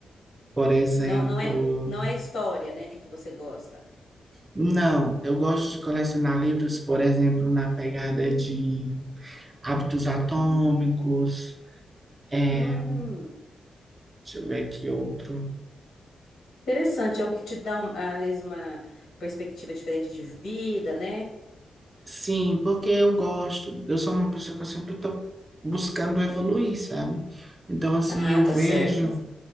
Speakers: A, on the right; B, on the left.
A: Por exemplo,
B: Não, não é, não é história, né, que você gosta.
A: não, eu gosto de colecionar livros, por exemplo, na pegada de Hábitos Atômicos, é,
B: Hum,
A: deixa eu ver aqui outro.
B: interessante, é o que te dá, um- às vezes, uma perspectiva diferente de vida, né?
A: Sim, porque eu gosto, eu sou uma pessoa que eu sempre estou buscando evoluir, sabe? Então, assim,
B: Ah,
A: eu
B: tá
A: vejo,
B: certo.